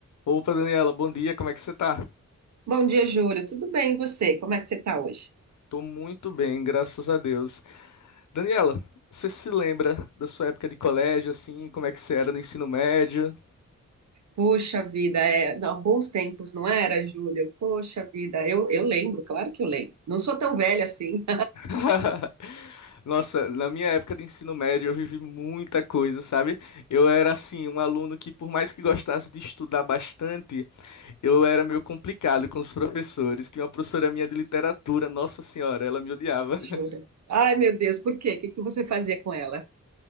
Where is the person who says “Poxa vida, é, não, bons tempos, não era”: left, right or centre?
Right